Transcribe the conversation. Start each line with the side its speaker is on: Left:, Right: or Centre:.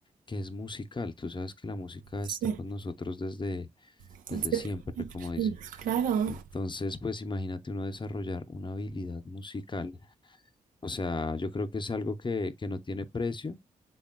Left: que es musical. Tú sabes que la música
Right: Sí,
Left: está con nosotros desde,
Right: entonces,
Left: desde siempre, como dicen.
Right: sí, Claro.
Left: Entonces, pues imagínate uno desarrollar una habilidad musical. O sea, yo creo que es algo que, que no tiene precio